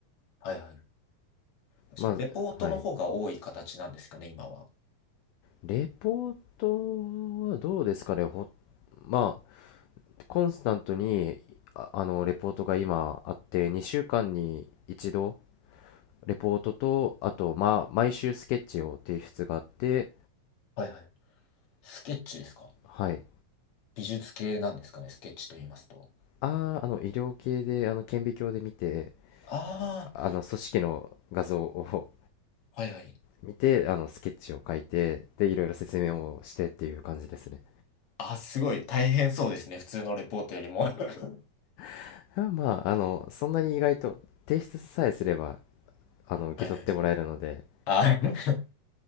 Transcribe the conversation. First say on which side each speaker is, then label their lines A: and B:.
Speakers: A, on the left (about 50°); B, on the left (about 80°).
A: はいはい。確かに、
B: まあはい
A: レポートの方が多い形なんですかね、今は。
B: レポートはどうですかねほまあコンスタントにああのレポートが今あって2週間に一度レポートとあと、まあ、毎週スケッチを提出があって
A: はいはい。スケッチですか
B: はい
A: 美術系なんですかね、スケッチと言いますと。
B: ああ、あの医療系であの顕微鏡で見て
A: あ
B: あの組織の画像を
A: あ、はいはい。
B: 見てあのスケッチを書いてでいろいろ説明をしてっていう感じですね。
A: あ、すごい大変そうですね。普通のレポートよりも。<laughs>
B: <laughs> あまああのそんなに意外と提出さえすればあの受け取ってもらえるので
A: はいはい。あー